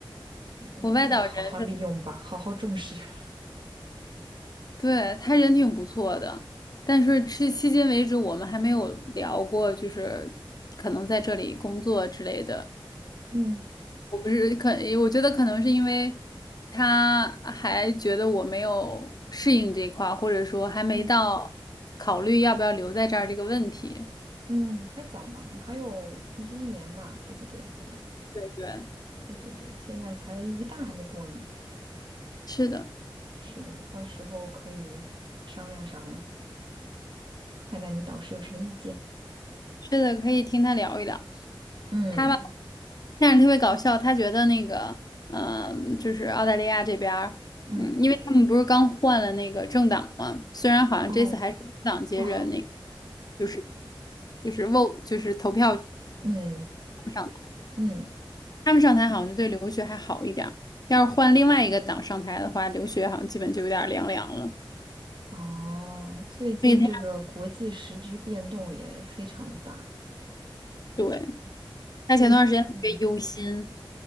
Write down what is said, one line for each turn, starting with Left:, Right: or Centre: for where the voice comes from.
Left: <laughs>
Right: 也不能叫好好利用吧，
Left: 我外导人。
Right: 好好重视。<laughs>
Left: 对，他人挺不错的，但是至迄今为止我们还没有聊过，就是可能在这里工作之类的。
Right: 嗯
Left: 我不是可，我觉得可能是因为他还觉得我没有适应这块儿，或者说还没到考虑要不要留在这儿这个问题。
Right: 嗯，嗯，还早嘛，你还有，你是一年嘛，对不对？在那儿，
Left: 对对，
Right: 对对对，现在才一半还没过呢。
Left: 是的，
Right: 是的，到时候可以商量商量，看看你导师有什么意见。
Left: 是的，可以听他聊一聊。
Right: 嗯
Left: 他吧。但是特别搞笑，他觉得那个，嗯、就是澳大利亚这边儿，
Right: 嗯，
Left: 嗯，因为他们不是刚换了那个政党嘛，虽然好像这次还是工党接着那个，
Right: 哦哦，
Left: 就是就是 vote 就是投票
Right: 嗯
Left: 上台，
Right: 嗯
Left: 他们上台好像就对留学还好一点儿，要是换另外一个党上台的话，留学好像基本就有点儿凉凉了。
Right: 哦，最近这个国际时局变动也非常的大，
Left: 所以他对他前段时间特别忧心，
Right: 现在嗯